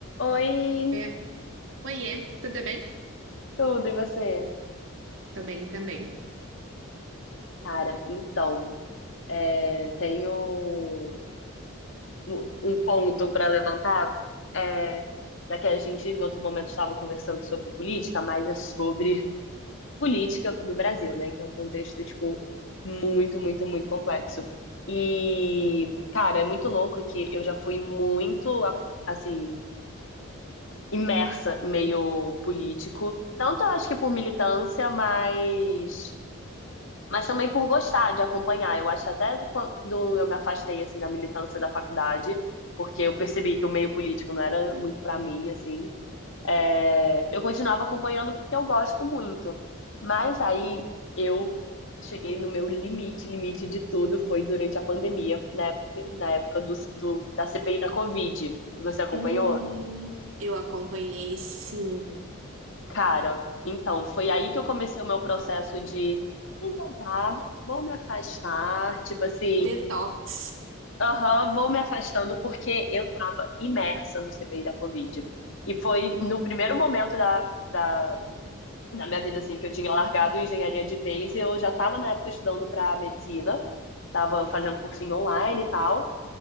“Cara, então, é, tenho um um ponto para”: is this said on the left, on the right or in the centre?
Left